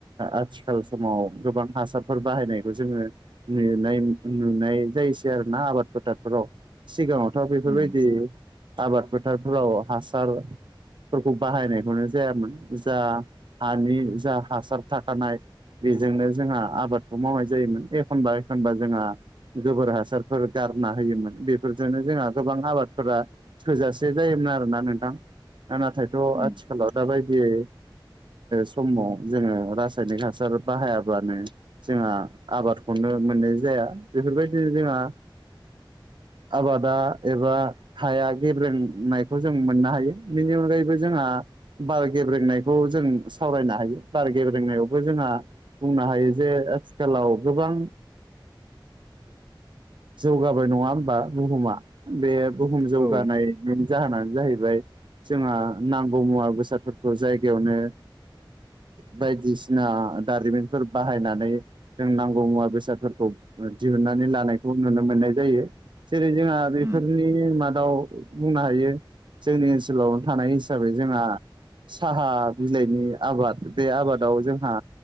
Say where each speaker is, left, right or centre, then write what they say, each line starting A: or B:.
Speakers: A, on the right; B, on the right.
A: आथिखाल समाव गोबां हासारफोर बाहायनायखौ जोङो नुनाय नुनाय जायसै आरो ना आबाद फोथारफोराव सिगाङावथ' बेफोरबायदि
B: उम
A: आबाद फोथारफोराव हासार फोरखौ बाहायनायखौनो जायामोन जा हानि जा हासार थाखानाय बे जोंनो जोंहा आबादखौ मावनाय जायोमोन एखनबा एखनबा जोंहा गोबोर हासारफोर गारना होयोमोन बेफोरजोंनो जोंहा गोबां आबादफोरा थोजासे जायोमोन आरोना नोंथां नाथायथ'
B: उम
A: आथिखालाव दााबायदियै समाव जोङो रासायनिक हासार बाहायाब्लानो जोंहा आबादखौनो मोननाय जाया बेफोरबायदि जोंहा
B: <inaudible>
A: आबादा एबा हाया गेब्रेंनायखौ जों मोननो हायो बेनि अनगायैबो जोंहा बार गेब्रेंनायखौ जों सावरायनो हायो बार गेब्रेंनायावबो जोंहा बुंनो हायो जे आथिखालाव गोबां जौगाबाय नङा होमबा बुहुमा बे बुहुम जौगानायनि
B: औ
A: जाहोनानो जाहैबाय जोंहा नांगौ मुवा बेसादफोरखौ जायगायावनो बायदिसिना दारिमिनफोर बाहायनानै जों नांगौ मुवा बेसादफोरखौ दिहुननानै लानायखौ नुनो मोननाय जायो जेरै जोंहा बेफोरनि
B: उम
A: मादाव बुंनो हायो जोंनि ओनसोलाव थानाय हिसाबै जोंहा साहा बिलाइनि आबाद बे आबादाव जोंहा